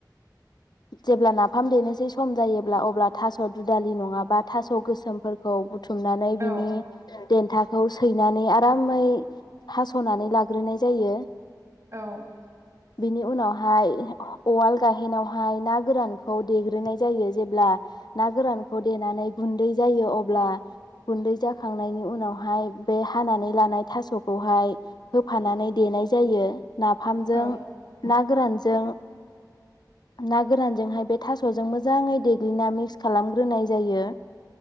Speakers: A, on the left (about 65°); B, on the right (about 40°).
A: जेब्ला नाफाम देनोसै सम जायोब्ला अब्ला थास' दुदालि नङाबा थास' गोसोमफोरखौ बु बुथुमनानै बिनि
B: औ
A: देनथा खौ सैनानै आरामै हास'नानै लाग ग्रोनाय जायो।
B: औ
A: बिनि उनावहाय उवाल गाहेनावहाय ना गोरानखौ देग्रोनाय जायो जेब्ला ना गोरानखौ देनानै गुन्दै जायो अब्ला गुन्दै जाखांनायनि उनावहाय बे हानानै लानाय थास'खौहाय होफानानै देनाय जायो। नाफामजों
B: औ
A: ना गोरानजों ना गोरानजोंहाय बे थास'जों मोजाङै देग्लिना मिक्स खालामग्रोनाय जायो।